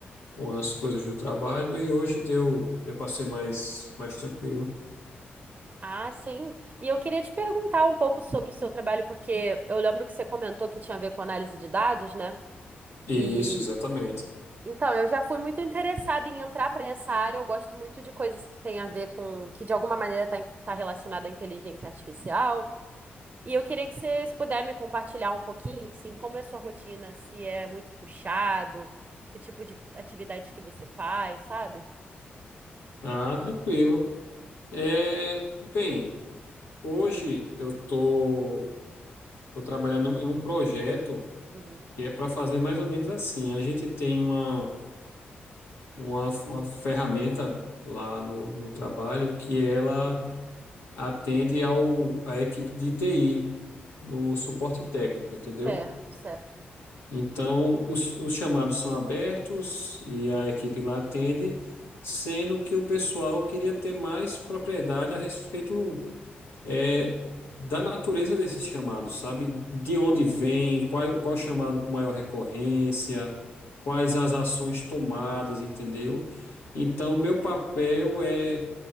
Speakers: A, on the left; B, on the right.
A: umas coisas do trabalho e hoje deu, deu para ser mais, mais tranquilo.
B: Ah, sim. E eu queria te perguntar um pouco sobre o seu trabalho, porque eu lembro que você comentou que tinha a ver com análise de dados, né?
A: Isso,
B: E
A: exatamente.
B: então, eu já fui muito interessada em entrar para essa área. Eu gosto muito de coisas que têm a ver com, que de alguma maneira está tá em- tá relacionada à inteligência artificial. E eu queria que você, se puder me compartilhar um pouquinho, assim, como é a sua rotina, se é muito puxado, que tipo de atividades que você faz, sabe?
A: Ah, tranquilo. É,
B: Uhum,
A: bem, hoje eu tô, tô trabalhando em um projeto
B: uhum,
A: que é para fazer mais ou menos assim. A gente tem uma uma, uma ferramenta lá no, no trabalho que ela atende ao, à equipe de TI, no suporte técnico, entendeu?
B: Certo, certo.
A: Então, os, os chamados são abertos e a equipe lá atende, sendo que o pessoal queria ter mais propriedade a respeito é, da natureza desses chamados, sabe? De onde vem,
B: uhum,
A: qual, qual chamado com maior recorrência, quais as ações tomadas, entendeu? Então, meu papel é